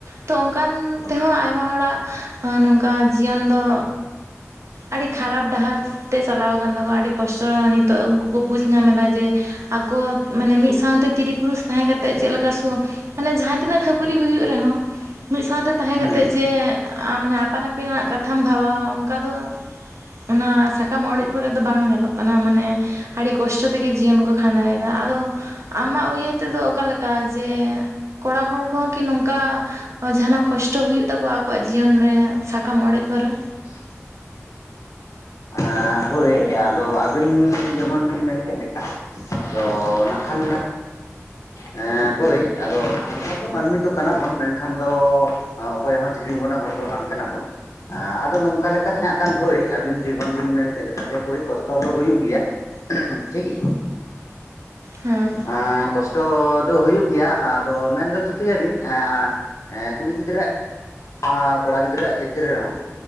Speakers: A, on the right; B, on the left.
A: ᱛᱚ ᱚᱱᱠᱟᱱ
B: ᱦᱳᱭ
A: ᱛᱮᱦᱚᱸ ᱟᱭᱢᱟ ᱦᱚᱲᱟᱜ ᱱᱚᱝᱠᱟ ᱡᱤᱭᱚᱱ ᱫᱚ
B: <inaudible>
A: ᱟᱹᱰᱤ ᱠᱷᱟᱨᱟᱯ ᱰᱟᱦᱟᱨ ᱛᱮ ᱪᱟᱞᱟᱣ ᱟᱠᱟᱱ ᱛᱟᱠᱚᱱᱟ ᱟᱹᱰᱤ ᱠᱚᱥᱴᱚ ᱱᱤᱛᱚᱜ ᱩᱱᱠᱩ ᱠᱩ ᱵᱩᱡᱽ ᱧᱟᱢ ᱮᱫᱟ ᱡᱮ ᱟᱠᱚ ᱢᱟᱱᱮ ᱢᱤᱫ ᱥᱟᱶᱛᱮ ᱛᱤᱨᱤ ᱯᱩᱨᱩᱥ ᱛᱟᱦᱮᱸ ᱠᱟᱛᱮᱜ ᱪᱮᱜ ᱞᱮᱠᱟ ᱥᱩ ᱢᱟᱱᱮ ᱡᱟᱦᱟᱸ ᱛᱤᱱᱟᱹᱜ ᱠᱷᱟᱹᱯᱟᱹᱨᱤ ᱦᱩᱭᱩᱜ ᱨᱮᱦᱚᱸ ᱢᱤᱫ ᱥᱟᱶᱛᱮ ᱛᱟᱦᱮᱸ
B: ᱦᱩᱸ
A: ᱠᱟᱛᱮᱜ
B: ᱦᱩᱸ
A: ᱡᱮ
B: ᱦᱩᱸ
A: ᱟᱢ ᱢᱟᱱᱮ ᱟᱯᱟᱱ ᱟᱹᱯᱤᱱᱟᱜ ᱠᱟᱛᱷᱟᱢ ᱵᱷᱟᱵᱟᱣᱟ᱾ ᱚᱱᱠᱟ ᱫᱚ ᱚᱱᱟ ᱥᱟᱠᱟᱢ ᱚᱲᱮᱡ ᱯᱚᱨᱮᱫ ᱫᱚ ᱵᱟᱝ ᱧᱮᱞᱚᱜ ᱠᱟᱱᱟ ᱢᱟᱱᱮ ᱟᱹᱰᱤ ᱠᱚᱥᱴᱚ ᱛᱮᱜᱮ ᱡᱤᱭᱚᱱ ᱠᱚ ᱠᱷᱟᱸᱰᱟᱣ ᱮᱫᱟ ᱟᱫᱚ ᱟᱢᱟᱜ ᱩᱭᱦᱟᱹᱨ ᱛᱮ ᱫᱚ ᱚᱠᱟ ᱞᱮᱠᱟ ᱡᱮ ᱠᱚᱲᱟ ᱦᱚᱲ ᱠᱚᱦᱚᱸ ᱠᱤ ᱱᱚᱝᱠᱟ ᱡᱟᱦᱟᱱᱟᱜ ᱠᱚᱥᱴᱚ ᱦᱩᱭᱩᱜ ᱛᱟᱠᱚᱣᱟ ᱟᱠᱚᱣᱟᱜ ᱡᱤᱭᱚᱱ ᱨᱮ ᱥᱟᱠ ᱟᱢ ᱚᱲᱮᱡ ᱯᱟᱨᱟ
B: <inaudible> ᱟᱨ ᱦᱳᱭ ᱟᱫᱚ ᱟᱹᱵᱤᱱ ᱡᱮᱢᱚᱱ ᱵᱤᱱ ᱢᱮᱱ ᱠᱮᱜ ᱞᱮᱠᱟ ᱟᱫᱚ ᱱᱟᱜ ᱠᱷᱟᱱ ᱦᱮ ᱦᱳᱭ ᱟᱫᱚ ᱥᱟᱱᱟᱢ ᱦᱚᱲ ᱫᱚᱸ ᱢᱟᱹᱱᱢᱤ ᱫᱚ ᱠᱟᱱᱟ ᱵᱚᱱ ᱢᱮᱱᱠᱷᱟᱱ ᱫᱚ ᱚᱠᱚᱭ ᱦᱚᱸ ᱫᱷᱤᱨᱤ ᱢᱚᱱᱮ ᱦᱚᱲ ᱫᱚ ᱵᱟᱝ ᱠᱟᱱᱟ ᱵᱚᱱ ᱟ ᱟᱫᱚ ᱱᱚᱝᱠᱟ ᱞᱮᱠᱟ ᱛᱮᱦᱟᱜ ᱠᱷᱟᱱ ᱦᱳᱭ ᱟᱹᱵᱤᱱ ᱡᱮᱢᱚᱱ ᱵᱤᱱ ᱢᱮᱱ ᱠᱮᱜ ᱞᱮᱠᱟ ᱜᱮ ᱦᱳᱭ ᱠᱚᱥᱴᱚ ᱫᱚᱸ ᱦᱩᱭᱩᱜ ᱜᱮᱭᱟ ᱴᱷᱤᱠᱜᱮᱭᱟ᱾
A: ᱦᱮᱸ
B: ᱟ ᱠᱚᱥᱴᱚ ᱫᱚ ᱦᱩᱭᱩᱜ ᱜᱮᱭᱟ᱾ ᱟᱫᱚ ᱢᱮᱱᱫᱚ ᱪᱤᱠᱟᱹ ᱭᱟᱵᱤᱱ <inaudible> ᱠᱩᱲᱤ ᱜᱤᱫᱽᱨᱟᱹ ᱟᱨ ᱠᱚᱲᱟ ᱜᱤᱫᱽᱨᱟᱹᱣᱟᱜ ᱪᱤᱛᱤᱨᱮ ᱨᱮᱦᱚᱸ